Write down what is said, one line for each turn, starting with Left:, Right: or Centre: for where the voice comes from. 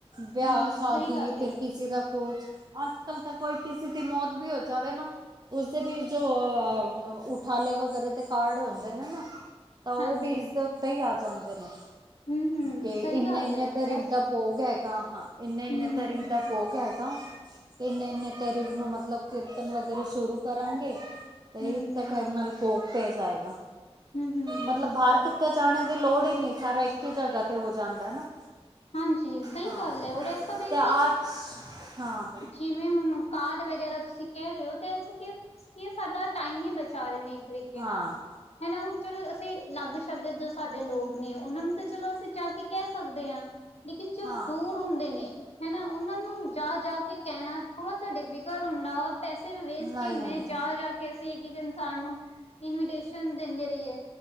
Right: ਵਿਆਅ
Left: ਹੂੰ ਹੂੰ
Right: ਸ਼ਾਦੀ
Left: ਸਹੀ ਗੱਲ ਏ।
Right: ਫਿਰ ਕਿਸੇ ਦਾ ਕੋਛ, ਅੱਜ ਕੱਲ ਤਾ ਕੋਈ ਕਿਸੇ ਦੀ ਮੌਤ ਵੀ ਹੋ ਜਾਵੇ ਨਾ ਉਸਦੇ ਵੀ ਜੋ ਅ ਉਠਾਲੇ ਵਗੈਰਾ ਦੇ ਕਾਰਡ ਹੁੰਦੇ ਨੇ ਨਾ ਤਾ ਓ
Left: ਹਾਂਜੀ
Right: ਵੀ ਇਸਦੇ ਉੱਤੇ ਈ ਆ ਜਾਂਦੇ ਨੇ।
Left: ਹੂੰ-ਹੂੰ
Right: ਕੇ
Left: ਸਹੀ
Right: ਇੰਨੇ
Left: ਗੱਲ
Right: -ਇੰਨੇ
Left: ਏ
Right: ਤਰੀਕ
Left: ਐਸ
Right: ਦਾ ਭੋਗ ਹੈਗਾ ਹਾਂ ਇੰਨੇ -ਇੰਨੇ
Left: ਹੂੰ-ਹੂੰ,
Right: ਤਰੀਕ ਦਾ ਭੋਗ ਹੈਗਾ ਤੇ ਇੰਨੇ -ਇੰਨੇ ਤਰੀਕ ਨੂੰ ਮਤਲਬ ਕੀਰਤਨ ਵਗੈਰਾ ਸ਼ੁਰੂ ਕਰਾਂਗੇ ਤੇ
Left: ਹੂੰ-ਹੂੰ,
Right: ਇਤੇ ਟੈਮ ਨਾਲ ਭੋਗ ਪੈ ਜਾਏਗਾ
Left: ਹੂੰ-ਹੂੰ
Right: ਮਤਲਬ ਬ ਬਾਰ ਕਿਤੇ ਜਾਣੇ ਦੀ ਲੋੜ ਈ ਨੀ ਸਾਰਾ ਇੱਕ ਈ ਜਗ੍ਹਾ ਤੇ ਹੋ ਜਾਂਦੈ ਨਾ।
Left: ਹਾਂਜੀ, ਸਈ
Right: ਹਾਂ
Left: ਗੱਲ ਐ ਔਰ ਐ ਸਭ ਇ
Right: ਤੇ ਆਜ ਹਾਂ।
Left: ਜਿਵੇਂ ਹੁੰ ਕਾਰਡ ਵਗੈਰਾ ਤੁਸੀ ਕੈ ਰੇ ਓ ਤੇ ਐ ਸੀ ਕੀ ਕੀ ਸਾਡਾ ਟਾਈਮ ਈ ਬਚਾ ਰੇ ਨੇ ਇੱਕ ਤਰੀਕੇ
Right: ਹਾਂ
Left: ਕੇ ਨਾਲ। ਹਨਾ, ਹੁਨ ਚਲੋ ਅਸੀ ਲੱਗ -ਸ਼ੱਗ ਜੋ ਸਾਡੇ ਲੋਕ ਨੇ ਉਨਾਂ ਨੂੰ ਤਾ ਚਲੋ ਅਸੀ ਜਾ ਕੇ ਕੈ ਸਕਦੇ ਆਂ। ਲੇਕਿਨ ਜੋ
Right: ਹਾਂ
Left: ਦੂਰ ਹੁੰਦੇ ਨੇ ਹੈਨਾ ਓਨਾਂ ਨੂੰ ਜਾ ਜਾ ਕੈਨਾ ਓ ਤਾ ਡਿਫਿਕਲਟ ਹੁੰਨਾ, ਪੈਸੇ ਵੀ ਵੇਸਟ
Right: ਨਹੀਂ
Left: ਈ ਹੁੰਦੇ
Right: ਹੁੰਦਾ
Left: ਜਾ ਜਾ ਕੇ ਅਸੀਂ ਇੱਕ- ਇੱਕ ਇਨਸਾਨ ਨੂੰ ਇਨਵੀਟੇਸ਼ਨ ਦਿੰਦੇ ਰਹੀਏ।